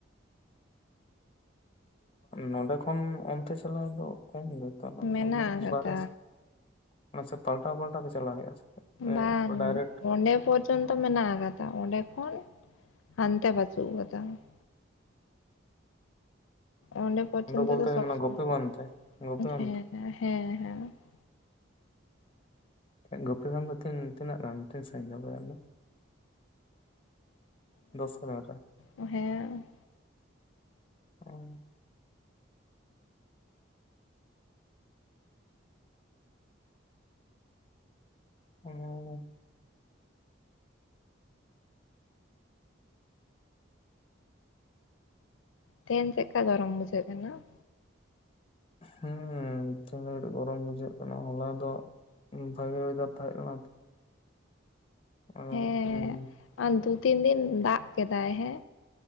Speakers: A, on the left; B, on the left.
A: ᱱᱚᱸᱰᱮ ᱠᱷᱚᱱ ᱚᱱᱛᱮ ᱪᱟᱞᱟᱣ ᱫᱚ ᱠᱚᱢ ᱜᱮᱛᱚ <unintelligible>
B: ᱢᱮᱱᱟᱜ
A: ᱫᱚ
B: ᱟᱠᱟᱫᱟ
A: ᱵᱟᱨᱮᱥ <unintelligible> ᱢᱟᱥᱮ ᱯᱟᱞᱴᱟᱣ ᱯᱟᱞᱴᱟ ᱛᱮ ᱪᱟᱞᱟᱣ ᱦᱩᱭᱩᱜᱼᱟ ᱥᱮ ᱪᱮᱫ ᱥᱮ
B: ᱵᱟᱝ
A: ᱯᱩᱨᱟᱹ ᱰᱟᱭᱨᱮᱠᱴ
B: ᱚᱸᱰᱮ ᱯᱚᱪ ᱯᱚᱨᱡᱚᱱᱛᱚ ᱢᱮᱱᱟᱜ ᱟᱠᱟᱫᱟ ᱚᱸᱰᱮ ᱠᱷᱚᱱ ᱦᱟᱱᱛᱮ ᱵᱟᱪᱩᱜ ᱟᱠᱟᱫᱟ ᱾ ᱚᱸᱰᱮ ᱯᱚᱡᱚᱱᱛᱚ
A: ᱵᱚᱞᱛᱮ
B: ᱥᱚᱵ
A: ᱢᱟᱱᱮ
B: ᱥᱚᱢᱚᱭ
A: ᱜᱳᱯᱤᱵᱟᱸᱫᱷ
B: ᱦᱮᱸ
A: ᱛᱮ ᱜᱳᱯᱤᱵᱟᱸᱫᱷ ᱛᱮ
B: ᱦᱮᱸ ᱦᱮᱸ ᱻ ᱾
A: ᱚ ᱜᱩᱯᱤ ᱠᱷᱚᱱ ᱫᱚ ᱛᱤᱱ ᱛᱤᱱᱟᱹᱜ ᱜᱟᱱ ᱛᱤᱱ ᱥᱟᱹᱜᱤᱧᱟ ᱾ <unintelligible> ᱫᱚᱥ ᱠᱤᱞᱳᱢᱤᱴᱟᱨ
B: ᱚ ᱦᱮᱸ
A: <unintelligible> <unintelligible>
B: ᱛᱮᱦᱮᱧ ᱪᱮᱫᱠᱟ ᱜᱚᱨᱚᱢ ᱵᱩᱡᱷᱟᱹᱜ ᱠᱟᱱᱟ ᱾
A: ᱦᱮᱸ ᱛᱮᱦᱮᱧ ᱫᱚ ᱠᱟᱴᱤᱪ ᱜᱚᱨᱚᱢ ᱵᱩᱡᱷᱟᱹᱜ ᱠᱟᱱᱟ ᱦᱚᱞᱟ ᱫᱚ ᱵᱷᱟᱜᱮ ᱳᱭᱫᱟᱨ <unintelligible> ᱛᱟᱦᱮᱸ ᱠᱟᱱᱟ ᱛᱚ ᱚ,
B: ᱦᱮᱸ
A: ᱩᱸ,
B: ᱟ ᱫᱩ ᱛᱤᱱ ᱫᱤᱱ ᱫᱟᱜ ᱠᱮᱫᱟᱭ ᱦᱮᱸ